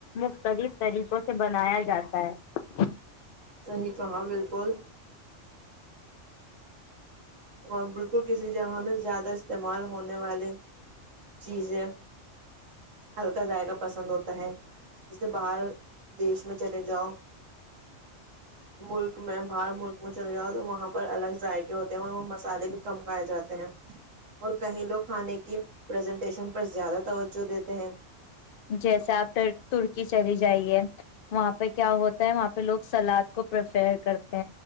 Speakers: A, on the left; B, on the right.
A: مختلف طریقوں سے بنایا جاتا ہے
B: صحی کہاں بالکل اور بالکل کسی جگہ میں زیادہ استعمال ہونے والی چیزیں ہلکا ذائقہ پسند ہوتا ہے جیسے باہر دیش میں چلے جاؤ ملک میں باہر ملک میں چلے جاؤ تو وہاں پر الگ ذائقے ہوتے اور وہ مالے بھی کم کھائے جاتے ہیں اور کہیں لوگ کھانے کیزنٹیشن پر زیادہ توجہ دیتے ہیں
A: جیسے آپر ترکی چلی جائیے وہاں پہ کیا ہوتا ہے وہاں پہ لوگ سلاد کو پریفیئر کرتے